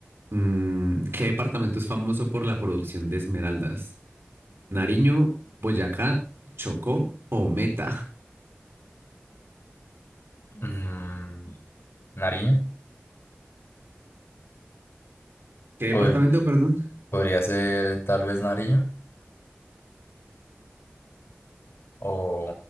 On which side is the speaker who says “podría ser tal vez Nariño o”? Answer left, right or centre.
Left